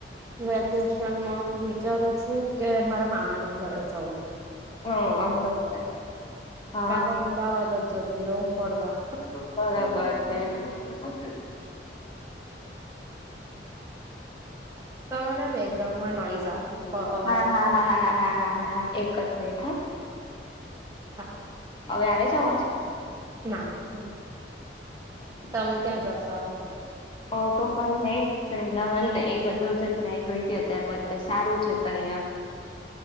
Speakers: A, on the right (about 20°); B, on the left (about 30°).
A: વેકેશનમાં વિચારું છું કે મારા મામાના ઘરે જઉું
B: હમ અમે લોકો હા
A: કા તો અમદાવાદ જ જતી રહું ફરવા.
B: બરાબર છે. <inaudible> <unintelligible>
A: તમારા બેકગ્રાઉન્ડમાં નોઈઝ આવે
B: બવ
A: બ અવાજ
B: હા
A: આવે
B: હા હા હા હા હા હાએક બેઠા
A: હા
B: હવે આવે છે અવાજ
A: ના ના તમે ક્યાં જશો આ વખત
B: ઓ તો કઈ નહી અમદાવાદને એ બધો જ અધ્યાય ગઈ હતી અત્યારે બધે સારું છે તય અહં